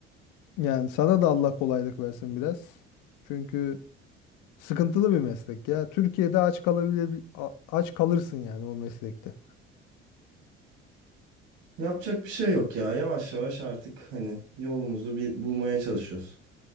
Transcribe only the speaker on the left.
Yani sana da Allah kolaylık versin biraz. Çünkü sıkıntılı bir meslek ya. Türkiye'de aç kalabilir aç kalırsın yani o meslekte.